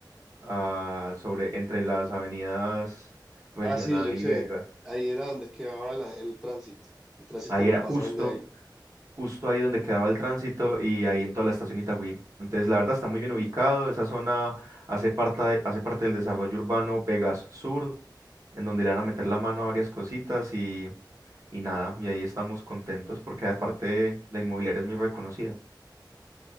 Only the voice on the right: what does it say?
ah, sobre, entre las avenidas Regional
y
Vegas.
Ahí
era
justo,
justo ahí donde quedaba el tránsito y ahí en toda la estación Itagüí. Entonces, la verdad está muy bien ubicado. Esa zona hace parte, hace parte del desarrollo urbano Vegas Sur, en donde le van a meter la mano a varias cositas y, y nada. Y ahí estamos contentos porque aparte la inmobiliaria es muy reconocida.